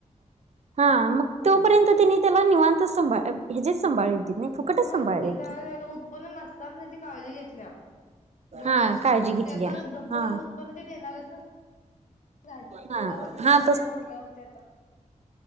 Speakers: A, on the right; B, on the left.
A: हा मग तोपर्यंत तिने त्याला निवांतच सांभळ ह्याजेच सांभाळ देत नाही फुकटच
B: होयच
A: सांभाळले की
B: त्या उत्पन्न नसताना त्याची काळजी घेतल्या झाडांची
A: हा काळजी
B: त्या मग
A: घेतल्या
B: आता डबल
A: हा
B: पण ते देणारच ना
A: हा
B: थोडा मधी मेहनत
A: हा
B: आहे म्हटल्यावर त्यात